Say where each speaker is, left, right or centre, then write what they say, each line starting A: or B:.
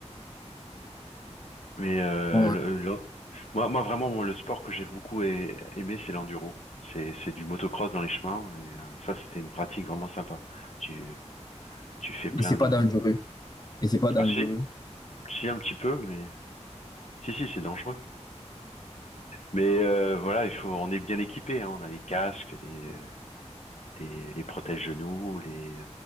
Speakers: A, on the left; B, on the left.
A: mais euh,
B: Bon,
A: le, le- moi, moi, vraiment, mon- le sport que j'ai beaucoup ai- aimé, c'est l'enduro. C'est c'est du motocross dans les chemins, et euh, ça, c'était une pratique vraiment sympa. Tu, tu fais plein
B: et c'est pas
A: de...
B: dangereux. Et c'est pas dangereux.
A: Ah si, si, un petit peu, mais... Si, si, c'est dangereux. Mais euh, voilà, il faut, on est bien équipé, hein. On a les casques, les, les, les protège-genoux, les,